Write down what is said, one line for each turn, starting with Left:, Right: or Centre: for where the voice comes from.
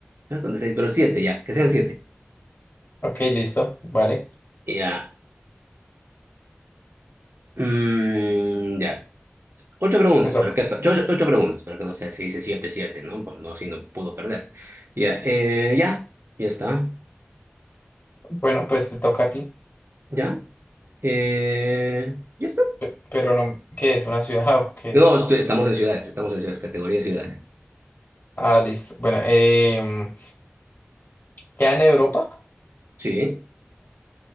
Right: creo que con seis, pero siete ya, que sean siete.
Left: ok, listo, vale.
Right: Ya. Mm, ya. Ocho preguntas,
Left: Te toca.
Right: para que, ocho, ocho preguntas, para que no sea, se dice siete, siete, ¿no? Pues no, así no puedo perder. Ya, eh, ya, ya está.
Left: Bueno, pues te toca a ti.
Right: Ya, eh, ya está.
Left: Pe- Pero no, ¿qué es? ¿Una ciudad <laughs> o qué es?
Right: No, estoy- estamos en ciudades, estamos en ciudades, categoría de ciudades.
Left: Ah, listo. Bueno, eh, ¿queda en Europa?
Right: Sí,